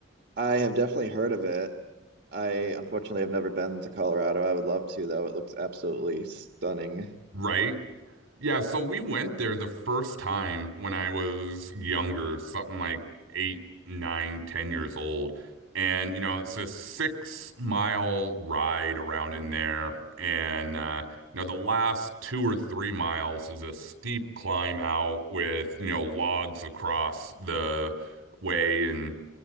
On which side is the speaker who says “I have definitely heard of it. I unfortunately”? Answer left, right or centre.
Right